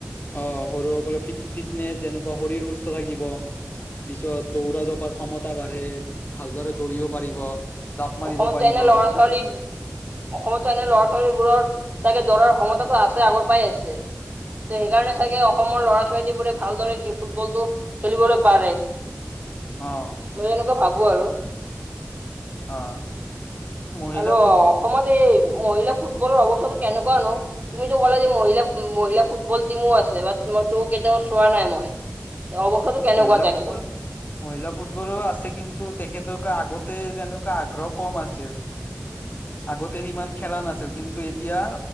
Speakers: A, on the left; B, on the right.
A: অ', সৰু সকলৰ ফিট ফিটনেচ যেনেকুৱা শৰীৰ সুস্থ থাকিব। পিছত দৌৰা জপাৰ ক্ষমতা বাঢ়ে, ভালদৰে দৌৰিব পাৰিব। জাপ মাৰিব
B: অসমতটো
A: পাৰিব
B: এনে
A: অ
B: ল'ৰা-ছোৱালী অসমতটো এনে ল'ৰা-ছোৱালীবোৰৰ চাগে দৌৰাৰ ক্ষমতাটো আছে আগৰ পাই আছে। ত সেইকাৰণে চাগে অসমৰ লৰা ছোৱালীবোৰে ভালদৰে ফুটবলটো খেলিবলৈ পাৰে।
A: অ'।
B: মই এনেকৈ ভাবো আৰু।
A: অ'। মহিলা
B: আৰু
A: ফুট
B: অসমত এই মহিলা ফুটবলৰ অৱস্থাটো কেনেকুৱানো? তুমিতো ক'লো যে মহিলা মহিলা ফুটবল টিমো আছে বাট মই তোৰ কেতিয়াও চোৱা নাই মই। এ অৱস্থাটো কেনেকুৱা
A: মহিলা
B: তেখেতৰ?
A: ফুটবল মহিলা ফুটবলৰো আছে কিন্তু তেখেতৰ আগতে যেনেকুৱা আগ্ৰহ কম আছিল।
B: <inaudible>
A: আগতে সিমান খেলা নাছিল কিন্তু এতিয়া